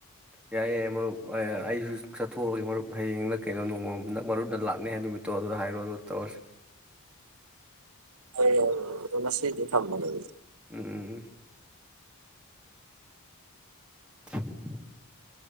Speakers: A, in the centre; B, on the right.
A: ꯌꯥꯏ ꯌꯥꯏ ꯃꯔꯨꯞ ꯑꯩꯁꯨ ꯆꯠꯊꯣꯛꯑꯁꯤꯦ ꯃꯔꯨꯞ ꯍꯌꯦꯡꯅ ꯀꯩꯅꯣ ꯅꯣꯡꯃ ꯃꯔꯨꯞꯅ ꯂꯥꯛꯅꯤ ꯍꯥꯏ ꯅꯨꯃꯤꯠꯇꯣ ꯑꯗꯨꯗ ꯍꯥꯏꯔꯣ ꯑꯗꯨ ꯇꯧꯔꯁꯤ
B: ꯍꯣꯏ ꯉꯁꯤꯗꯤ ꯊꯝꯃꯒꯦ
A: ꯎꯝ ꯎꯝ ꯎꯝ <unintelligible>